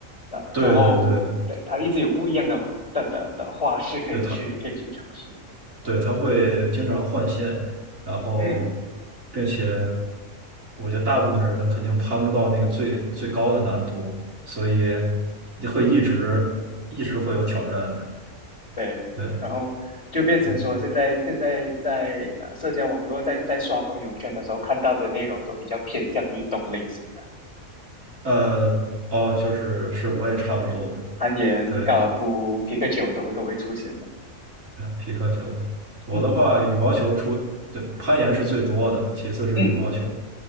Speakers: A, on the left; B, on the right.
A: 啊、呃然后对它一直有不一样的的的的花式可以去可以去尝试。
B: 对对对。对，它对，他会经常换线，然后，
A: 嗯，
B: 并且我觉得大部分人肯定攀不到那个最最高的难度，所以你会一直一直会有挑战的。
A: 对对对，
B: 对，
A: 然后就变成说，
B: 嗯，
A: 现在现在在呃社交网络在在刷朋友圈的时候看到的内容都比较偏向运动类型的，
B: 呃，哦，就是是我也差不多。
A: 对，攀岩、
B: 对，
A: 高尔夫、皮克球都都会出现的。
B: 皮克球，我的话羽毛球出，
A: 嗯
B: 对，攀岩是最多的，其次是羽毛球，
A: 嗯，